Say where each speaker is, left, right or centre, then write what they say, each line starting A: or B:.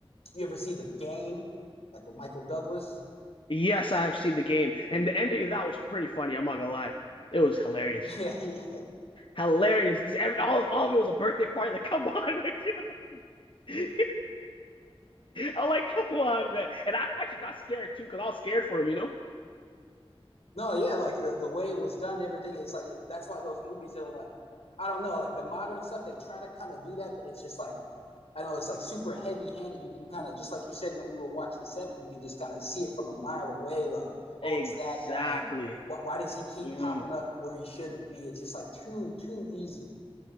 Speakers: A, on the left (about 85°); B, on the left (about 55°).
A: you ever see the game like with Michael Douglas?
B: Yes, I have seen the game, and the ending of that was pretty funny. I'm not gonna lie, it was hilarious,
A: <laughs> Yeah, he,
B: hilarious. This every all all of it was a birthday party. Like, <laughs> come on, like, <laughs> <laughs> I'm like, come on, man. And I actually got scared too because I was scared for him, you know?
A: no, yeah, like the the way it was done, and everything. It's like it, that's why those movies it'll like I don't know, like the modern stuff they try to kind of do that, but it's just like I know it's like super heavy handed. You can kind of just like you said when you were watching Seven, you can just kind of see it from a mile away. Like, oh,
B: Exactly.
A: it's that guy, and why, why does he keep
B: Mhm.
A: popping up where he shouldn't be? It's just like too too easy.